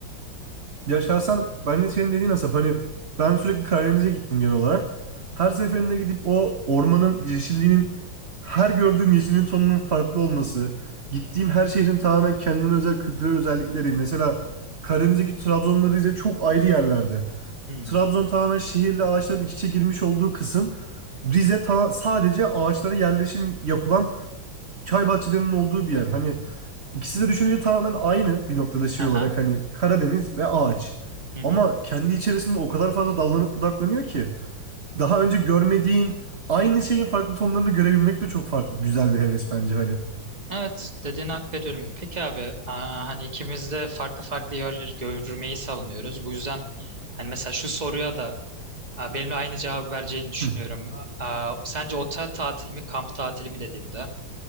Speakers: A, on the right; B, on the right.
A: Ya şahsen ben de senin dediğin Asap hani ben sürekli Karadeniz'e gittim genel olarak. Her seferinde gidip o ormanın yeşilliğinin her gördüğüm yeşilin tonunun farklı olması, gittiğim her şehrin tamamen kendine özel kültürel özellikleri. Mesela Karadeniz'deki Trabzon'la Rize çok ayrı yerlerde.
B: Hmm.
A: Trabzon tamamen şehirle ağaçların iç içe girmiş olduğu kısım. Rize ta- sadece ağaçlara yerleşim yapılan çay bahçelerinin olduğu bir yer. Hani İkisi de düşününce tamamen aynı bir noktada şey
B: Aha.
A: olarak hani Karadeniz ve ağaç.
B: Hı hı.
A: Ama kendi içerisinde o kadar fazla dallanıp budaklanıyor ki daha önce görmediğin aynı şeyin farklı tonlarını görebilmek de çok farklı. Güzel bir heves bence hani.
B: Evet, dediğine hak veriyorum. Peki abi, aa, hani ikimiz de farklı farklı yerleri görmeyi savunuyoruz. Bu yüzden hani mesela şu soruya da aa, benimle aynı cevabı vereceğini düşünüyorum.
A: Hı.
B: Aa, sence otel tatili mi, kamp tatili mi dediğimde